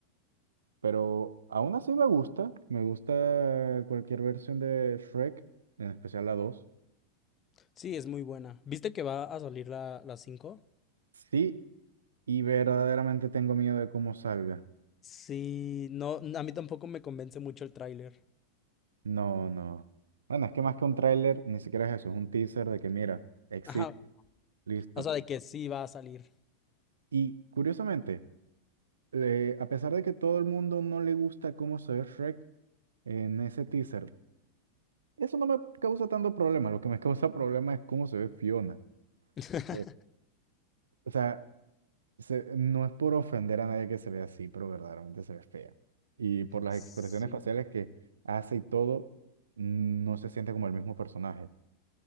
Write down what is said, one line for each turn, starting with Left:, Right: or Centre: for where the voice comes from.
Right: Pero aún así me gusta. Me gusta cualquier versión de Shrek, en especial la dos,
Left: sí, es muy buena. ¿Viste que va a salir la, la cinco.
Right: Sí, y verdaderamente tengo miedo de cómo salga.
Left: Sí, no, a mí tampoco me convence mucho el tráiler.
Right: No, no. Bueno, es que más que un tráiler, ni siquiera es eso, es un teaser de que mira, existe,
Left: Ajá,
Right: listo.
Left: o sea, de que sí va a salir.
Right: Y curiosamente, eh, a pesar de que todo el mundo no le gusta cómo se ve Shrek, en ese teaser Eso no me causa tanto problema. Lo que me causa problema es cómo se ve Fiona.
Left: <laughs>
Right: Eh, O sea, se- no es por ofender a nadie que se ve así, pero verdaderamente se ve fea. Y por las
Left: Sí,
Right: expresiones faciales que hace y todo, no se siente como el mismo personaje.